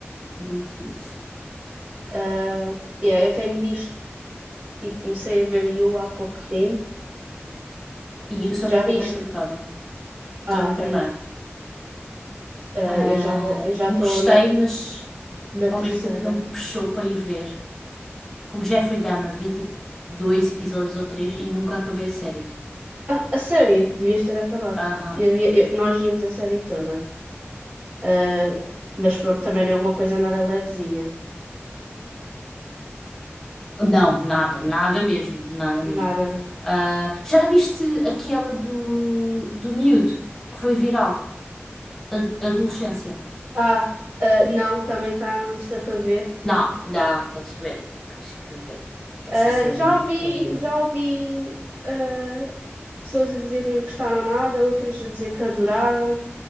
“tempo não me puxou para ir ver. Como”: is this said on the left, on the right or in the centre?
Centre